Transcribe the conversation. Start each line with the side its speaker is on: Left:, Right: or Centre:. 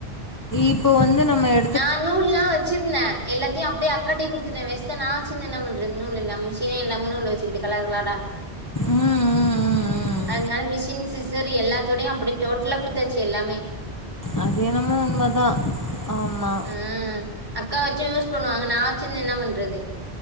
Left: இப்போ வந்து நம்ம எ
Right: நா நூல் லாம் வச்சிருந்தேன் எல்லாத்தையும் அப்டியே அக்காட்டே குடுத்துட்டேன் வேஸ்டா நா வச்சி என்ன பண்றது நூல் எல்லாம மிஷினே இல்லாம நூல் வச்சிகிட்டு கலர் கலரா
Left: ம், ம், ம், ம்.
Right: அதனால மிஷின் சிச் சரு எல்லாத்தோடையும் அப்படியே டோட்டலா கொடுத்தாச்சு எல்லாமே
Left: அது என்னமோ உண்மதான் ஆமா
Right: ம் அக்கா வாச்சும் யூஸ் பண்ணுவாங்க நான் வச்சிருந்து என்ன பண்றது